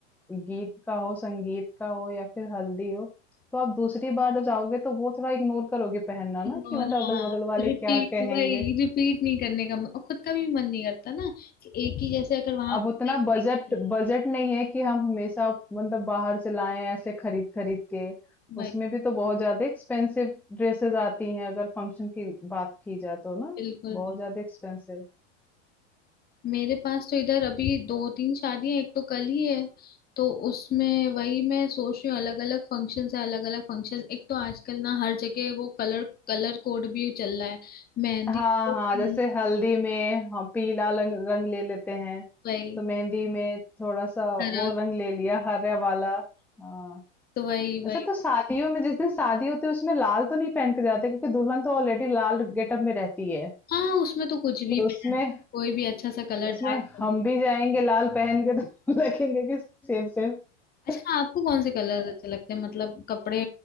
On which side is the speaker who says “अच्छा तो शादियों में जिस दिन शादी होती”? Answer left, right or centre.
Centre